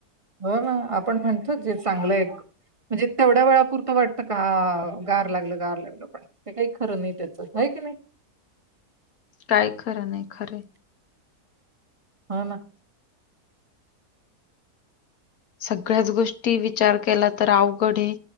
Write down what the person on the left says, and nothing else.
काय खरं, नाही खरं.
सगळ्याच गोष्टी विचार केला तर अवघडे